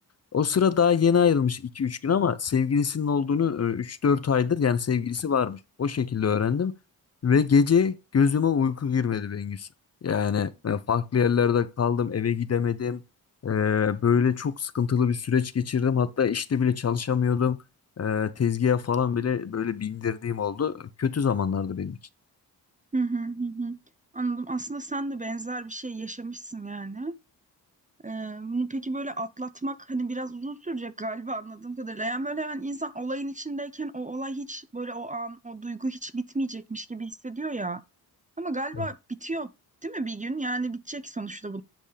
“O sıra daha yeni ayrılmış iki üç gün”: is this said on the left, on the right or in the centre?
Left